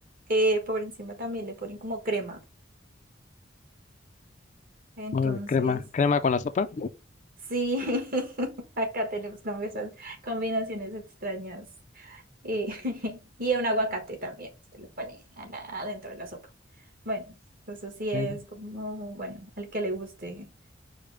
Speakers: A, on the right; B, on the left.
A: eh, por encima también le ponen como crema, entonces
B: Órale, crema, crema con la sopa.
A: sí, <laughs> acá tenemos combesa- combinaciones extrañas, eh, <laughs> y un aguacate también se le pone a la- adentro de la sopa. Bueno, pues así
B: Ok.
A: es como, bueno, al que le guste.